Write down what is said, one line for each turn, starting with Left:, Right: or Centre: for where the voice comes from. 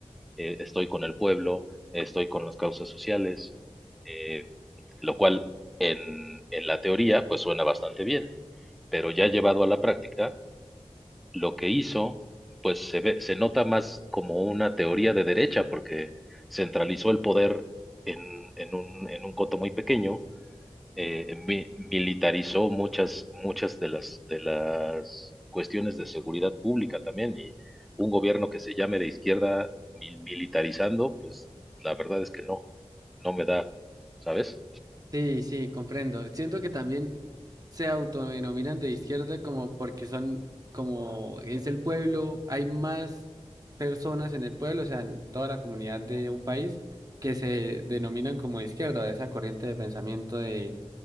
Centre: eh, estoy con el pueblo, estoy con las causas sociales, eh, lo cual en, en la teoría pues suena bastante bien, pero ya llevado a la práctica lo que hizo, pues se ve, se nota más como una teoría de derecha, porque centralizó el poder en, en un, en un coto muy pequeño, eh, mi- militarizó muchas, muchas de las, de las cuestiones de seguridad pública también, y un gobierno que se llame de izquierda mil- militarizando, pues la verdad es que no, no me da, ¿sabes?
Right: Sí, sí, comprendo. Siento que también se autodenominan de izquierda como porque son, como es el pueblo, hay más personas en el pueblo, o sea, en toda la comunidad de un país que se denominan como de izquierda, o esa corriente de pensamiento de